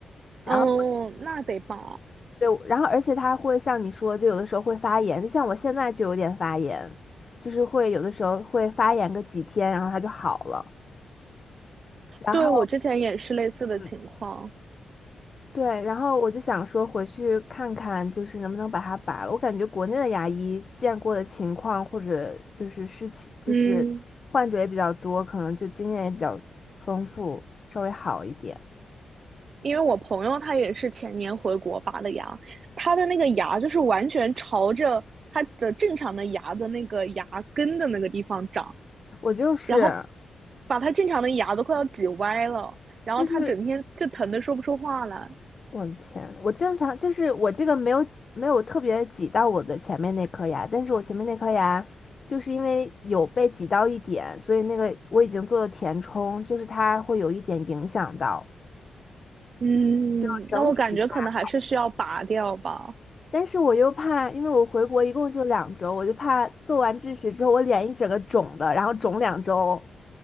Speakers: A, on the left (about 45°); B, on the right (about 60°).
A: 然后。
B: 哦，那得拔。
A: 对，然后而且它会像你说，就有的时候会发炎，就像我现在就有点发炎，就是会有的时候会发炎个几天，然后它就好了。然后，
B: 对，我之前也是类似的情况，
A: 嗯，对，然后我就想说回去看看，就是能不能把它拔了。我感觉国内的牙医见过的情况或者就是事情，就是患者也比较多，
B: 嗯，
A: 可能就经验也比较丰富，稍微好一点。
B: 因为我朋友他也是前年回国拔的牙，他的那个牙就是完全朝着他的正常的牙的那个牙根的那个地方长，
A: 我就是
B: 然后把他正常的牙都快要挤歪了，然后他整天就疼的说不出话来。
A: 就是我的天，我正常就是我这个没有没有特别挤到我的前面那颗牙，但是我前面那颗牙就是因为有被挤到一点，所以那个我已经做了填充，就是它会有一点影响到，
B: 嗯，
A: 就整体它。
B: 那我感觉可能还是需要拔掉吧。
A: 但是我又怕，因为我回国一共就两周，我就怕做完智齿之后我脸一整个肿的，然后肿两周，